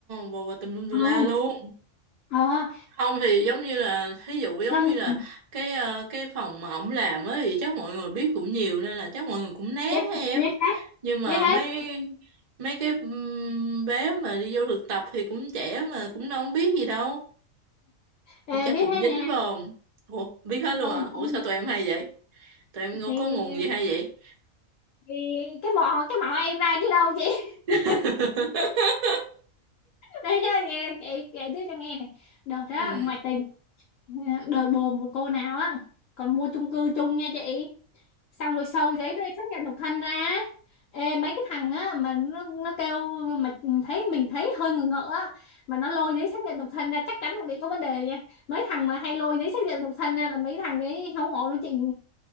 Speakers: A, on the right; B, on the left.
A: bồ bồ tùm lum tùm
B: ồ
A: la luôn.
B: ờ
A: Không thì giống như là thí dụ giống
B: do
A: như
B: nhìn
A: là cái ờ, cái phòng mà ổng làm á thì chắc mọi người biết cũng nhiều nên là chắc mọi người cũng né á
B: biết
A: em.
B: biết hết
A: Nhưng mà
B: biết hết
A: mấy mấy cái ừm, bé mà đi vô thực tập thì cũng trẻ mà cũng đâu biết gì đâu thì
B: Ờ,
A: chắc
B: biết
A: cũng
B: hết
A: dính
B: nha
A: phải không? Ủa, biết hết luôn
B: không
A: hả? Ủa
B: không
A: sao tụi em hay vậy? Tụi em ngô-
B: thì
A: có nguồn gì hay vậy?
B: thì cái mỏ cái mỏ em ra chứ đâu chị
A: <laughs>
B: <laughs> đây nha chị kể kể tiếp cho nghe này đợt đó
A: Ừ.
B: ngoại tình đời bồ một cô nào á còn mua chung cư chung nha chị xong rồi sâu giấy đây xác nhận độc thân ra ê mấy cái thằng á mà nó nó kêu mà thấy mình thấy hơi ngờ ngợ á mà nó lôi giấy xác nhận độc thân ra chắc chắn thằng đấy có vấn đề nha mấy thằng mà hay lôi giấy xác nhận độc thân ra là mấy thằng đấy không ổn đâu chị